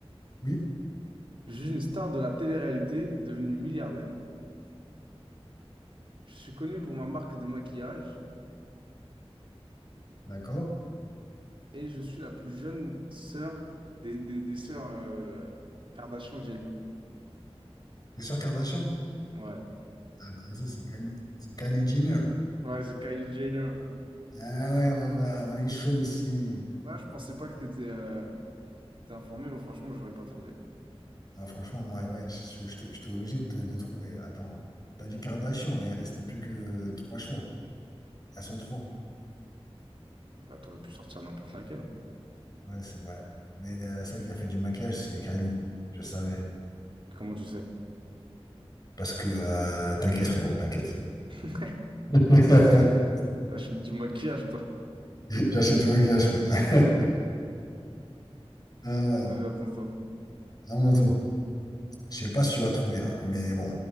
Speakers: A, on the left; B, on the right.
A: oui,
B: Je suis une star de la télé-réalité devenue milliardaire. Je suis connue pour ma marque de maquillage
A: d'accord.
B: et je suis la plus jeune sœur des, des, des sœurs euh, Kardashian-Jenner.
A: T'es sûr Kardashian?
B: Ouais,
A: Ah bah vas-y, c'est Kylie, c'est Kylie Jenner.
B: ouais, c'est Kylie Jenner.
A: Ah ouais, mon gars, on est chaud ici.
B: Ah, je pensais pas que t'étais euh, t'étais informé, mais franchement, j'aurais pas trouvé.
A: Ah, franchement, moi, ouais, je- je- je- j'étais obligé de, te- de trouver. Attends, t'as dit Kardashian, il restait plus que euh, trois choix. Elles sont trois.
B: Bah, t'aurais pu sortir n'importe laquelle.
A: Ouais, c'est vrai. Mais euh, celle qui a fait du maquillage, c'est Kylie. Je savais.
B: Comment tu sais?
A: Parce que, euh, t'inquiète, frérot, t'inquiète.
B: <laughs>
A: <laughs>
B: T'achètes du maquillage, toi.
A: J'achète du maquillage, frérot. <laughs> Ah ouais,
B: Allez, à ton tour.
A: à mon tour. Je sais pas si tu vas trouver, hein, mais bon.